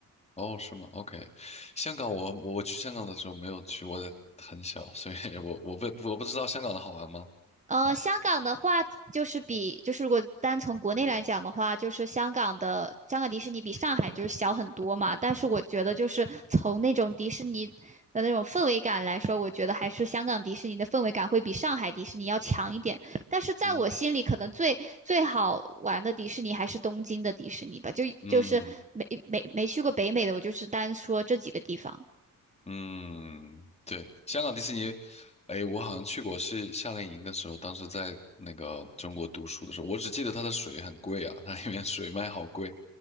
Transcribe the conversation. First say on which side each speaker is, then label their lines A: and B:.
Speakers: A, on the left; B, on the right.
A: 哦，是吗？OK，香港我我去香港的时候没有去，我很小，所以我我不我不知道香港的好玩吗？
B: 呃，香港的话就是比，就是如果单从国内来讲的话，就是香港的香港迪士尼比上海就是小很多嘛。但是我觉得就是从那种迪士尼的那种氛围感来说，我觉得还是香港迪士尼的氛围感会比上海迪士尼要强一点。但是在我心里，
A: 嗯
B: 可能最最好玩的迪士尼还是东京的迪士尼吧。就就是没没没去过北美的，
A: 嗯。
B: 我就是单说这几个地方。
A: 嗯，对，香港迪士尼，哎，我好像去过，是夏令营的时候，当时在那个中国读书的时候，我只记得它的水很贵啊，它里面水卖好贵，